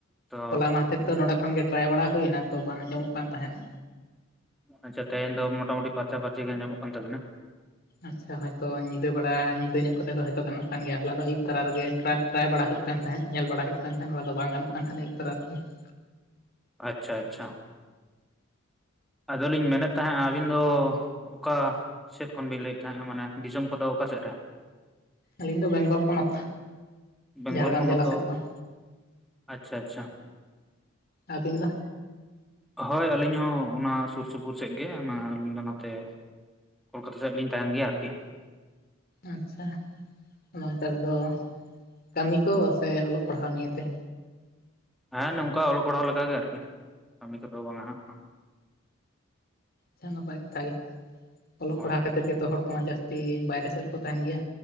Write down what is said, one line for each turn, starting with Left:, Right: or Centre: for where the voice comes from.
Centre: ᱛᱚ
Left: ᱦᱚᱞᱟ ᱢᱟᱦᱫᱷᱮᱨ ᱛᱚ ᱱᱚᱰᱮ ᱠᱷᱚᱱ ᱜᱮ ᱴᱨᱟᱭ ᱵᱟᱲᱟ ᱦᱩᱭᱱᱟ ᱛᱚ ᱵᱟᱝ ᱟᱸᱚᱢᱚᱜ ᱠᱟᱱ ᱛᱟᱦᱮᱸᱫ᱾
Centre: ᱟᱪᱪᱷᱟ ᱛᱮᱦᱮᱧ ᱫᱚ ᱢᱚᱴᱟᱢᱩᱴᱤ ᱯᱷᱟᱨᱪᱟ ᱯᱷᱟᱨᱪᱤ ᱜᱮ ᱟᱸᱚᱢᱚᱜ ᱠᱟᱱ ᱛᱟᱵᱤᱱᱟ᱾
Left: ᱟᱪᱪᱷᱟ ᱦᱚᱭᱛᱚ ᱧᱤᱫᱟᱹ ᱵᱮᱲᱟ ᱧᱤᱫᱟᱹ ᱧᱚᱜ ᱠᱟᱛᱮ ᱫᱚ ᱦᱚᱭᱛᱚ ᱜᱟᱱᱚᱜ ᱠᱟᱱ ᱜᱮᱭᱟ ᱦᱚᱞᱟ ᱫᱚ ᱟᱹᱭᱩᱵ ᱛᱟᱨᱟ ᱨᱮᱜᱮ ᱴᱨᱟᱭ ᱴᱨᱟᱭ ᱵᱟᱲᱟ ᱦᱩᱭᱩᱜ ᱠᱟᱱ ᱛᱟᱦᱮᱸᱫ ᱧᱮᱞ ᱵᱟᱲᱟ ᱦᱩᱭᱩᱜ ᱠᱟᱱ ᱛᱟᱦᱮᱸᱫ, ᱦᱚᱞᱟ ᱫᱚ ᱵᱟᱝ ᱜᱟᱱᱚᱜ ᱠᱟᱱ ᱛᱟᱦᱮᱸᱫ ᱟᱹᱭᱩᱵ ᱛᱟᱨᱟ <inaudible>
Centre: ᱟᱪᱪᱷᱟ ᱟᱪᱪᱷᱟ᱾ ᱟᱫᱚᱞᱤᱧ ᱢᱮᱱᱮᱫ ᱛᱟᱦᱮᱸᱜ-ᱟ ᱟᱵᱤᱱ ᱫᱚ ᱚᱠᱟ ᱥᱮᱫ ᱠᱷᱚᱱ ᱵᱤᱱ ᱞᱟᱹᱭᱮᱫ ᱛᱟᱦᱮᱸᱜᱼᱟ, ᱢᱟᱱᱮ ᱫᱤᱥᱚᱢ ᱠᱚᱫᱚ ᱚᱠᱟ ᱥᱮᱫ ᱨᱮ?
Left: ᱟᱹᱞᱤᱧ ᱫᱚ ᱵᱮᱝᱜᱚᱞ ᱯᱚᱱᱚᱛ᱾
Centre: ᱵᱮᱝᱜᱚᱞ
Left: ᱡᱷᱟᱲᱜᱟᱢ
Centre: ᱯᱚᱱᱚᱛ
Left: ᱡᱮᱞᱟ
Centre: ᱫᱚ
Left: ᱥᱮᱫ ᱠᱷᱚᱱ,
Centre: ᱟᱪᱪᱷᱟ ᱟᱪᱪᱷᱟ
Left: ᱟᱹᱵᱤᱱ ᱫᱚ?
Centre: ᱦᱳᱭ ᱟᱹᱞᱤᱧ ᱦᱚᱸ ᱚᱱᱟ ᱥᱩᱨ ᱥᱩᱯᱩᱨ ᱥᱮᱫ ᱜᱮ, ᱚᱱᱟ ᱟᱹᱞᱤᱧ ᱫᱚ ᱱᱟᱛᱮ ᱠᱳᱞᱠᱟᱛᱟ ᱥᱮᱫ ᱨᱮᱞᱤᱧ ᱛᱟᱦᱮᱱ ᱜᱮᱭᱟ ᱟᱨᱠᱤ᱾
Left: ᱟᱪᱪᱷᱟ ᱚᱱᱟ ᱚᱱᱛᱮ ᱨᱮᱫᱚ ᱠᱟᱹᱢᱤ ᱠᱚ ᱥᱮ ᱚᱞᱚᱜ ᱯᱟᱲᱦᱟᱣ ᱱᱤᱭᱟᱹ ᱛᱮ?
Centre: ᱦᱮᱸ ᱱᱚᱝᱠᱟ ᱚᱞᱚᱜ ᱯᱟᱲᱦᱟᱣ ᱞᱮᱠᱟ ᱜᱮ ᱟᱨᱡᱤ ᱠᱟᱹᱢᱤ ᱠᱚᱫᱚ ᱵᱟᱝᱟ ᱦᱟᱸᱜ᱾
Left: ᱪᱷᱟ ᱱᱟᱯᱟᱭ ᱠᱟᱛᱷᱟ ᱜᱮ, ᱚᱞᱚᱜ
Centre: ᱦᱳᱭ
Left: ᱯᱟᱲᱦᱟᱣ ᱠᱷᱟᱹᱛᱤᱨ ᱜᱮᱛᱚ ᱦᱚᱲ ᱠᱚᱢᱟ ᱡᱟᱹᱥᱛᱤ ᱵᱟᱭᱨᱮ ᱥᱮᱫ ᱨᱮᱠᱚ ᱛᱟᱦᱮᱱ ᱜᱮᱭᱟ᱾